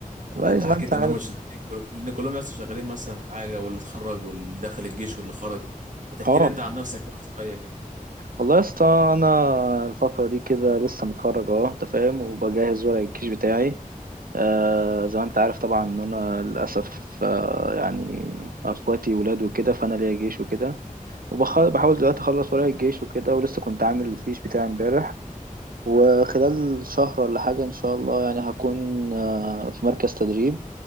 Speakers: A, on the right; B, on the right.
A: والله
B: يعني انت
A: زي
B: حكيت
A: ما انت عارف
B: ان هم شغالين كل- كل- كلهم يا اسطى شغالين مثلا حاجه واللي اتخرج واللي دخل الجيش واللي خرج ما تحكي
A: اه
B: لي انت عن نفسك بقى شويه كده
A: والله يا اسطى انا الفترة دي كده لسه متخرج اه انت فاهم وبجهز ورق الجيش بتاعي آه زي ما انت عارف طبعا ان انا للاسف آه يعني اخواتي ولاد وكده فانا ليا جيش وكده وبحاول دلوقتي اخلص ورايا الجيش وكده ولسه كنت عامل الفيش بتاعي امبارح وخلال شهر ولا حاجه ان شاء الله يعني هكون آه في مركز تدريب